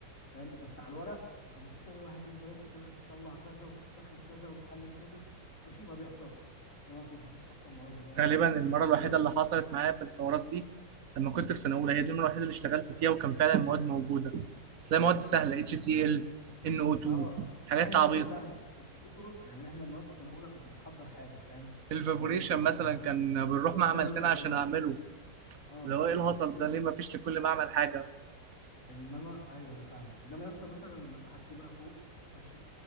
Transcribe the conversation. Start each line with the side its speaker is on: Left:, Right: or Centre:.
Left: فاهم بس على الورق انت المفروض تعمل واحد اتنين تلاته تل- تطلع كذا وتستخرج كذا وتحلل كذا ماشي ما بيحصلش ده ما فيش ما فيش اصلا مواد هناك
Right: غالبا
Left: ما
Right: المرة
Left: فيش اجهزه
Right: الوحيدة اللي حصلت معايا في الحوارات دي لما كنت في سنة أولى هي دي المرة الوحيدة اللي اشتغلت فيها وكان فعلا المواد موجودة بس هي مواد سهلة HCl NO2
Left: اه
Right: حاجات
Left: لا هي
Right: عبيطة
Left: المواد سهله بس في طرق يعني احنا المواد في سنه اولى كنت بتحضر حاجه فاهم
Right: الفابوريشن
Left: لو ممكن تحضر
Right: مثلا
Left: حاجه
Right: كان بنروح
Left: اه
Right: معمل
Left: بتعمل
Right: تاني
Left: تجربه
Right: عشان أعمله
Left: اه
Right: اللي هو
Left: بت-
Right: إيه الهطل
Left: بتقيس
Right: ده
Left: ال-
Right: ليه مفيش لكل معمل حاجة
Left: انما ايوه انا فاهمك انما يا اسطى مثلا لما تعدي بقى فوق تخش